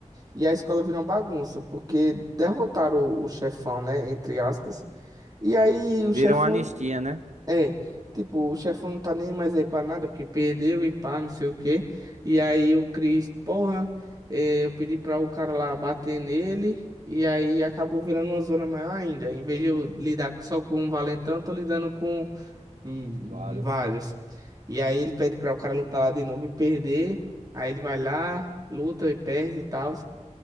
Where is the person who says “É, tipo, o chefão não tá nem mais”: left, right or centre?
Right